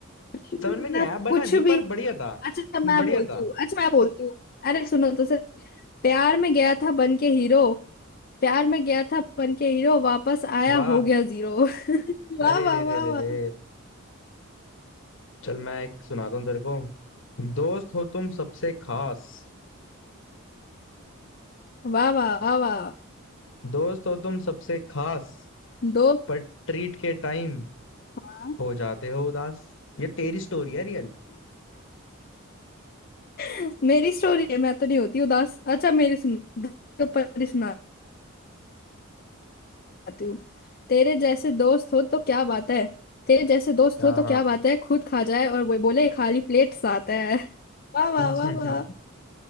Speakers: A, on the left (about 45°); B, on the left (about 60°).
A: कुछ भी
B: समझ
A: मतलब
B: में नहीं आया
A: कुछ
B: बना नहीं
A: भी
B: पर बढ़िया था
A: अच्छा अच्छा, मैं
B: बढ़िया
A: बोलती
B: था
A: हूँ अच्छा मैं बोलती हूँ अरे सुनो तो सर प्यार में गया था बन के हीरो प्यार में गया था बन के हीरो वापस आया
B: वाह
A: हो गया जीरो <laughs>
B: अरे
A: वाह वाह
B: रे
A: वाह
B: रे रे
A: वाह
B: रे चल मैं एक सुनाता हूँ तेरे को दोस्त हो तुम सबसे खास
A: वाह वाह वाह वाह
B: दोस्त हो तुम सबसे खास
A: दोस्त
B: पर ट्रीट के टाइम
A: वाह।
B: हो जाते हो उदास ये तेरी स्टोरी है रियल
A: <laughs> मेरी स्टोरी है मैं तो नहीं होती उदास अच्छा मेरी सुनो दोस्त के ऊपर ही सुनाती हूँ तेरे जैसे दोस्त हो तो क्या बात है तेरे जैसे दोस्त
B: हाँ
A: हो तो
B: हाँ
A: क्या बात है खुद खा जाए और वो बोले खाली प्लेट साथ है <laughs> वाह वाह
B: <laughs>
A: वाह वाह